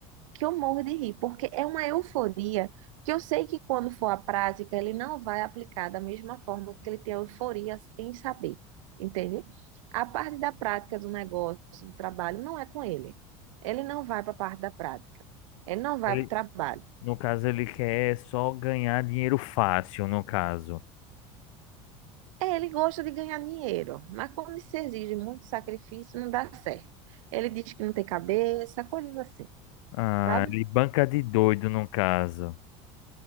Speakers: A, on the right (about 85°); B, on the left (about 80°).
A: que eu morro de rir, porque é uma euforia que eu sei que quando for à prática, ele não vai aplicar da mesma forma que ele tem euforia em saber, entende? A parte da prática do negócio, do trabalho, não é com ele. Ele não vai para a parte da prática. Ele não vai
B: Ele,
A: para o trabalho.
B: no caso, ele quer só ganhar dinheiro fácil, no caso.
A: É, Ele gosta de ganhar dinheiro, mas quando se exige muito sacrifício, não dá certo. Ele diz que não tem cabeça, coisas assim,
B: Ah,
A: sabe?
B: ele banca de doido, no caso.